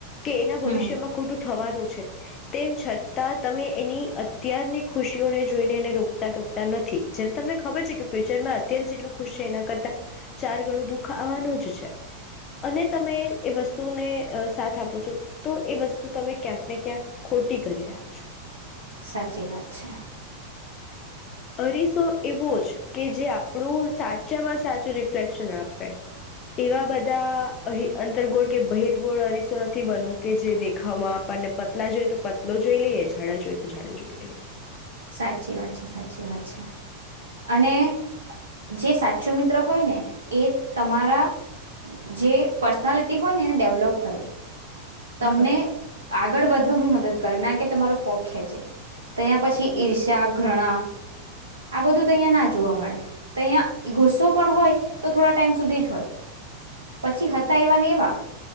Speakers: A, on the left (about 30°); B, on the right (about 75°).
A: કે એના ભવિષ્યમાં
B: હમ
A: ખોટું થવાનું છે. છે. તેમ છતાં તમે એની અત્યારની ખુશીઓને જોઈને એને રોકતા ટોકતા નથી. જય્યારે તમને ખબર છે કે ફ્યુચરમાં અત્યારે જેટલું ખુશ છે એના કરતાં ચાર ગણું દુઃખ આવવાનું જ છે અને તમે એ વસ્તુને અ સાથ આપો છો તો એ વસ્તુ તમે ક્યાંક ને ક્યાંક ખોટી કરી રહ્યા છો.
B: સાચી વાત છે.
A: અરીસો એવો જ કે જે આપણું સાચામાં સાચું રિફ્લેક્શન આપે. આપે એવા બધા અહી અંતરગોળ કે બહિરગોળ અરીસો નથી બનવું કે જે દેખાવામાં આપણને પતલા જોઈ તો પતલો જોઈ લઈએ જાડા જોઈ તો જાડો લઈએ
B: સાચી વાત છે સાચી. વાત છે અને જે સાચું મિત્ર હોય ને એ તમારા જે પર્સનાલિટી હોય ને એને ડેવલોપ કરે. તમને
A: હા
B: આગ આગળ વધવામાં મદદ કરે ના કે તમારો પગ ખેચે ત્યાં પછી ઈર્ષા, ઘણા. આ બધું તો અહિયાં ના જોવા મળે. ત્યાં ગુસ્સો પણ હોય તો થોડા ટાઈમ સુધી જ હોય પછી હતા એવા ને એવા